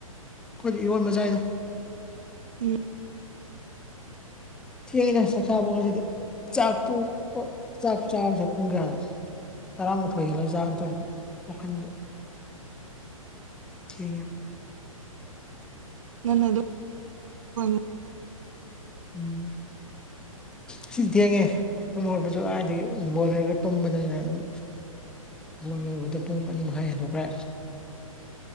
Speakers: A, in the centre; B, on the right.
A: ꯑꯩꯈꯣꯏꯗꯤ ꯏꯔꯣꯟꯕ ꯆꯥꯏ
B: ꯎꯝ
A: ꯇꯣꯛꯑꯦꯗꯥ ꯆꯥꯛ ꯆꯥꯕꯗꯤ ꯆꯥꯛ ꯇꯣꯛꯄꯥ ꯆꯥꯛ ꯆꯥꯕꯗꯥ ꯄꯨꯡ ꯀꯌꯥ ꯇꯔꯥꯃꯥꯊꯣꯏ ꯍꯦꯜꯂ ꯆꯥꯕ ꯗꯣ ꯋꯥꯈꯟ <unintelligible>
B: ꯅꯪꯟꯅ ꯑꯗꯨꯝ <unintelligible>
A: ꯎꯝ ꯑꯁ ꯊꯦꯡꯉꯦ ꯇꯨꯝ ꯍꯧꯒꯠꯄꯁꯨ ꯀꯥꯗꯏꯗꯒꯤ ꯕꯣꯜ ꯌꯦꯡꯉꯒꯥ ꯇꯨꯝꯕꯅꯤꯅ ꯑꯗꯨꯝ ꯕꯣꯜ ꯌꯦꯡꯕꯗ ꯄꯨꯡ ꯑꯅꯤ ꯃꯈꯥꯏ ꯍꯦꯟꯗꯣꯛꯈ꯭ꯔꯦ